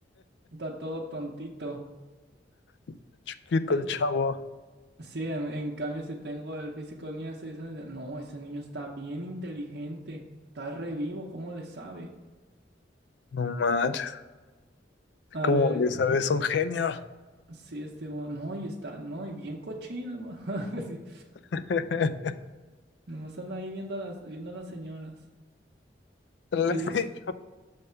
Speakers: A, on the right; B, on the left.
A: está todo tontito.
B: <laughs> chiquito
A: Te-
B: el chavo.
A: Sí, en, en cambio, si tengo el físico niño de 6 años, de- no, ese niño está bien inteligente, está revivo, ¿cómo le sabe?
B: No manches,
A: A
B: como
A: ver,
B: le sabes, un genio.
A: sí este, mo- no, y está, no, y bien cochino, mo- <laughs> sí,
B: <laughs>
A: nomás anda ahí viendo a las, viendo a las señoras.
B: La
A: ¿Qué
B: sé
A: dice?